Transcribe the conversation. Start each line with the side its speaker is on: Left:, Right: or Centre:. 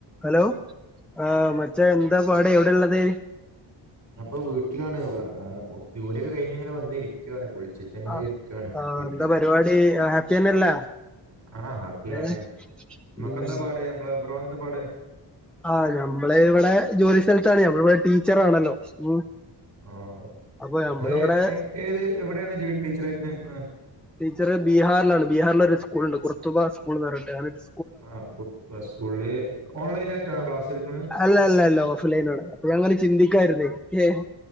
Centre: Hello ആ മച്ചാ എന്താ പാട് എവ്ടേള്ളത്?
Right: ഞാൻ ഇപ്പോ വീട്ടിലാണ് പറ കോസ്റ്റ്യു ജോലിയൊക്കെ കഴിഞ്ഞ് ഇങ്ങനെ വന്നിരി ക്കയാണ് കുളിച്ചിട്ടങ്ങനെ
Centre: ആഹ്
Right: ഇരിക്കയാണ്
Centre: ആഹ്
Right: വീട്ടില്.
Centre: എന്താ പരിപാടി ഹാപ്പി തന്നെയല്ലേ
Right: ആഹ് ഹാപ്പിയാണ്.
Centre: ഏഹ്
Right: ഇമ്മക്കെന്താ
Centre: ഉം
Right: പാട് മ്മളെ ബ്രോ എന്താ പാട്?
Centre: ആഹ് ഞമ്മള് ഇവിടെ ജോലി സ്ഥലത്താണ് ഞമ്മള് ഇവടെ ടീച്ചറാണല്ലോ ഉം.
Right: ആഹ്
Centre: അപ്പൊ
Right: നിങ്ങളെ
Centre: നമ്മളിവിടെ
Right: ഏഏത് എവിടെയാണ് ജോലി ടീച്ചറായിട്ട് നിൽക്കണേ?
Centre: ടീച്ചർ ബീഹാറിലാണ് ബീഹാറില് ഒരു സ്കൂളുണ്ട് കുറുത്തൂബ സ്കൂൾന്ന് പറഞ്ഞിട്ട് അങ്ങനൊരു
Right: ആഹ് കൂർത്തൂബ സ്കൂളില് ഓൺലൈൻ ആയിട്ടാണോ ക്ലാസ് എടുക്കന്നെ
Centre: അല്ല അല്ല അല്ല ഓഫ് ലൈനാണ്. അപ്പൊഴങ്ങനെ ചിന്തിക്കായിരുന്നേ ഏഹ്